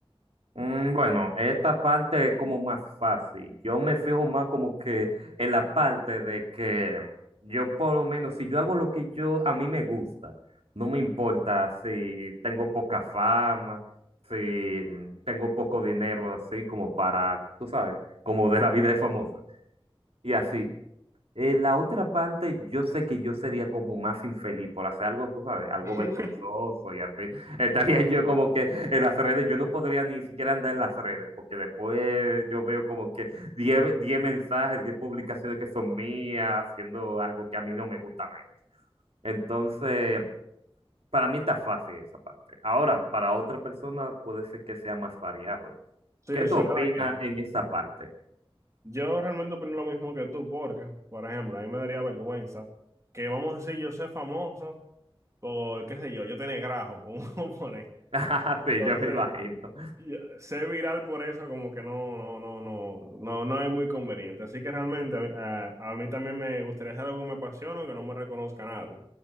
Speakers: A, on the right; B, on the right.
A: Mm, Bueno, esta parte es como más fácil. Yo me fijo más como que en la parte de que yo por lo menos, si yo hago lo que yo a mí me gusta, no me importa si tengo poca fama, si mm, tengo poco dinero, así como para, tú sabes, como de la vida de famoso. Y así, eh, la otra parte, yo sé que yo sería como más infeliz por hacer algo, tú sabes, algo
B: <laughs>
A: vergonzoso y así. <laughs> Estaría yo como que en las redes, yo no podría ni siquiera andar en las redes, porque después yo veo como que diez diez mensajes, 10 publicaciones que son mías, haciendo algo que a mí no me gusta ver. Entonces, para mí está fácil esa parte. Ahora, para otra persona puede ser que sea más variado.
B: Sí,
A: ¿Qué
B: eso
A: tú opinas
B: era la que.
A: en esa parte?
B: Yo realmente opino lo mismo que tú, porque, por ejemplo, a mí me daría vergüenza que, vamos a decir, yo soy famoso por, qué sé yo, yo tenía grajo, <laughs> como poner.
A: <laughs> Sí,
B: Entonces,
A: yo me imagino.
B: yo ser viral por eso como que no, no, no, no, no, no es muy conveniente. Así que realmente eh, a mí también me gustaría hacer algo que me apasione o que no me reconozca nadie.